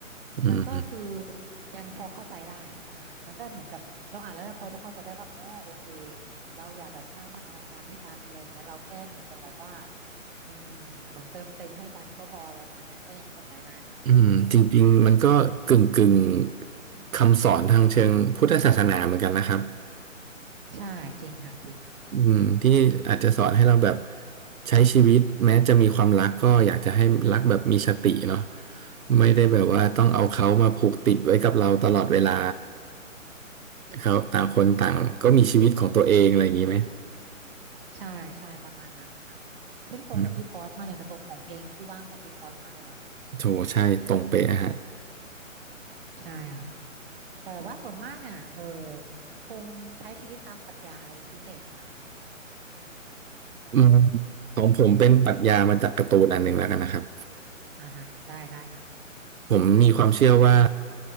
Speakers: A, on the right; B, on the right.
A: อืม
B: มันก็คือยังพอเข้าใจได้ใช่ไหมคะมันก็เหมือนกับเราอ่านแล้วเราพอจะเข้าใจได้ว่าอ๋อโอเคเราอย่าแบบสร้างพันธนาการให้กันอะไรอย่างเงี้ยเราแค่เหมือนกับแบบว่าอืมเหมือนเติมเต็มให้กันก็พออะไรประมาณเนี้ยก็ยังเข้าใจได้เนาะ
A: อืมจริงๆมันก็กึ่งกึ่งคำสอนทางเชิงพุทธศาสนาเหมือนกันนะครับ
B: ใช่จริงค่ะจริง
A: อืมที่อาจจะสอนให้เราแบบใช้ชีวิตแม้จะมีความรักก็อยากจะให้รักแบบมีสติเนาะไม่ได้แบบว่าต้องเอาเขามาผูกติดไว้กับเราตลอดเวลาเขาต่างคนต่างก็มีชีวิตของตัวเองอะไรอย่างนี้ไหม
B: ใช่ใช่ประมาณนั้นนะคะซึ่งตรงกับพี่พอสมากเลยนะตรงของเพลงที่ว่างของพี่พอสมากเลยเนาะ
A: อืมโถใช่ตรงเป๊ะฮะ
B: ใช่ค่ะ แต่แบบว่าส่วนมากเนี่ยเออพงษ์ใช้ชีวิตตามปรัชญาอะไรเป็นพิเศษไหมคะ
A: อืมของผมเป็นปรัชญามาจากการ์ตูนอันหนึ่งแล้วกันนะครับ
B: อ่าฮะได้ได้ค่ะ
A: ผมมีความเชื่อว่า